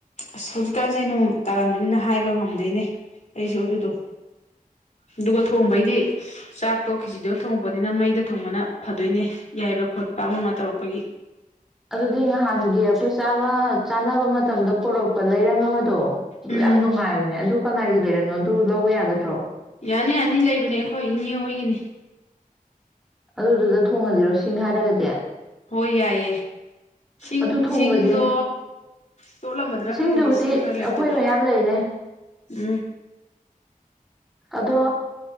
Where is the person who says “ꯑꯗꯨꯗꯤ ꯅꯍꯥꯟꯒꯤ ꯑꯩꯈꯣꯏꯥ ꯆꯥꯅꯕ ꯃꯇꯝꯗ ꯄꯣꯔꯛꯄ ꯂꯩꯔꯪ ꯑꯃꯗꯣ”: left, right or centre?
Centre